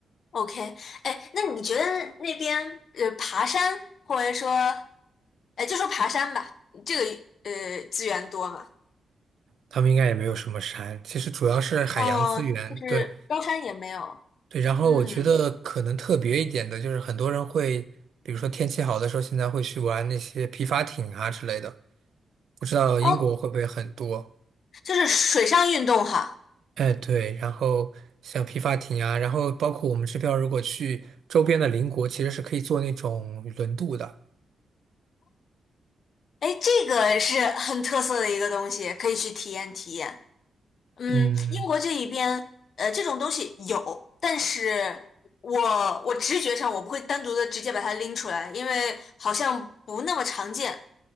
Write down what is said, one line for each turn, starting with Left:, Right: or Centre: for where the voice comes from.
Left: ？OK，哎，那你觉得那边呃爬山或者说，哎，就说爬山吧，这个呃资源多吗？
Right: 他们应该也没有什么山，其实主要是海洋资源，
Left: 哦，就是高山也没有，
Right: 对，对，然后我觉得可能特别一点的就是，
Left: 嗯，
Right: 很多人会，比如说天气好的时候，现在会去玩那些皮划艇啊之类的。不知道英国会不会很多？
Left: 哦，就是水上运动哈。
Right: 哎，对，然后像皮划艇啊，然后包括我们这边如果去周边的邻国，其实是可以坐那种轮渡的。
Left: 哎，这个是 <laughs> 很特色的一个东西，可以去体验体验。嗯，
Right: 嗯，
Left: 英国这一边，呃，这种东西有，但是我我直觉上我不会单独的直接把它拎出来，因为好像不那么常见，